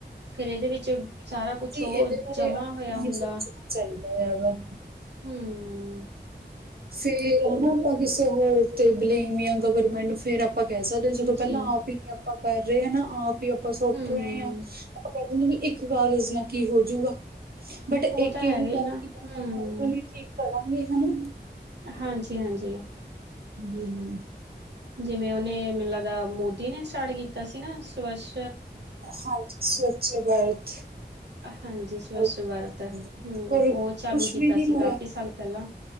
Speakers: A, on the right; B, on the right.
A: ਫੇਰ ਇਹਦੇ ਵਿੱਚ ਸਾਰਾ ਕੁਛ
B: ਜੀ
A: ਉਹ
B: ਇਹਦੇ ਬਾਰੇ
A: ਜਮਾ
B: ਆਪਾਂ
A: ਹੋਇਆ
B: ਨੂੰ
A: ਹੁੰਦਾ
B: ਹੀ ਸੋਚਣਾ ਚਾਹੀਦਾ ਹੈਗਾ।
A: ਹਮ।
B: ਫੇਰ ਹਨਾ ਆਪਾਂ ਕਿਸੇ ਹੋਰ ਤੇ ਬਲੇਮ ਨੀ ਲਾਉਦੇ ਗਵਰਮੈਂਟ ਨੂੰ ਫੇਰ ਆਪਾਂ ਕਹਿ ਸਕਦੇ ਹਾਂ ਜਦੋਂ
A: ਜੀ
B: ਪਹਿਲਾਂ ਆਪ ਹੀ ਨੀ ਆਪਾਂ ਕਰ ਰਹੇ ਹਨਾ ਆਪ ਹੀ ਆਪਾਂ ਸੁੱਟ
A: ਹੂੰ
B: ਰਹੇ ਹਾਂ ਆਪਾਂ ਕਹਿ ਦਿੰਦੇ ਵੀ ਇੱਕ ਕਾਗਜ਼ ਨਾਲ ਕੀ ਹੋਜੂਗਾ ਬਟ ਇੱਕ-ਇੱਕ
A: ਉਹ ਤਾਂ ਹੈਗਾ
B: ਕਰਕੇ
A: ਨਾ
B: ਹੀ ਆਪਾਂ
A: ਹੂੰ
B: ਹੌਲੀ-ਹੌਲੀ ਠੀਕ ਕਰਾਂਗੇ ਹਨਾ
A: ਹਾਂਜੀ-ਹਾਂਜੀ।
B: ਹਮ-ਹਮ।
A: ਜਿਵੇਂ ਉਹਨੇ ਮੈਨੂੰ ਲੱਗਦਾ ਮੋਦੀ ਨੇ ਸਟਾਰਟ ਕੀਤਾ ਸੀ ਨਾ ਸਵੱਸ
B: ਹਾਂਜੀ, ਸਵੱਛ ਭਾਰਤ
A: ਹਾਂਜੀ ਸਵੱਛ
B: ਅਭਿਆਨ
A: ਭਾਰਤ ਹਮ
B: ਹਾਂਜੀ ਪਰ
A: ਉਹ ਚਾਲੂ
B: ਕੁਛ
A: ਕੀਤਾ
B: ਵੀ ਨਹੀਂ
A: ਸੀ ਕਾਫੀ
B: ਹੋਇਆ
A: ਸਾਲ ਪਹਿਲਾਂ